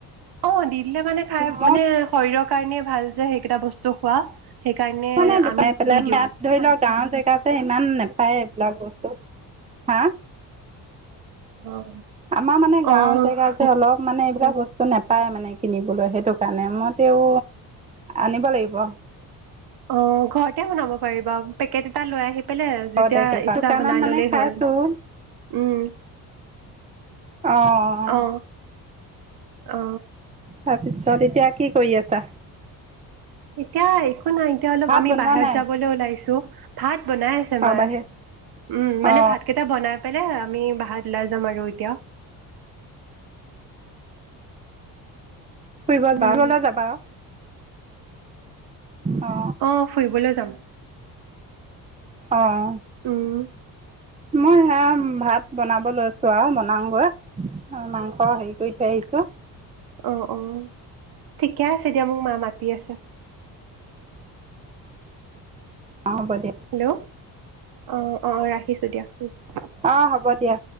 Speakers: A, on the right; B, on the right.
A: অ দ <unintelligible> দি মানে খাই
B: মই
A: মানে শৰীৰৰ কাৰণেই ভাল যে সেইকেইটা বস্তু খোৱা সেইকাৰণে
B: মানে নাই দোকানী
A: আমি
B: পেলাই
A: দি দিওঁ
B: মাত ধৰি লওক গাঁৱৰ জেগাতে ইমান নোপায় এইবিলাক বস্তু হা
A: অ',
B: আমাৰ মানে গাঁওৰ
A: অ'।
B: জেগা যে অলপ মানে এইবিলাক বস্তু নোপায় মানে কিনিবলৈ সেইটো কাৰণে মই তেওঁ আনিব লাগিব
A: অ ঘৰতে বনাব পাৰিব পেকেট এটা লৈ আহিবা কেলে
B: ঘৰতে
A: যেতিয়া ইচ্ছা
B: দোকানত
A: বনাই
B: মানে
A: ললেই
B: খাইছোঁ
A: হ'ল উম
B: অঁ
A: অ অ
B: তাৰপিছত এতিয়া কি কৰি আছা
A: এতিয়াই এক নাই এতিয়া অলপ
B: ভাত
A: আমি
B: বনোৱা
A: বাহিৰত
B: নাই।
A: যাবলৈ ওলাইছো ভাত <unintelligible> বনাই আছে
B: অ
A: মাৰে
B: বাহিৰত
A: উম মানে
B: অ
A: ভাতকেইটা বনাই আমি বাহাত ওলাই যাম আৰু এতিয়া।
B: ফুৰিব
A: উম
B: বা গলেও যাবা। অ
A: অ ফুৰিবলৈ যাম।
B: আহ
A: উম
B: মই সেয়া ভাত বনাব লৈছো আৰু বনাওঁগৈ মাংস অ হেৰি কৰি থৈ আহিছো।
A: অ অ ঠিকে আছে দিয়া মোক মা মাতি আছে।
B: অ হ'ব দিয়া।
A: হেল্ল' অ অ ৰাখিছোঁ দিয়া। উম
B: অ হ'ব দিয়া।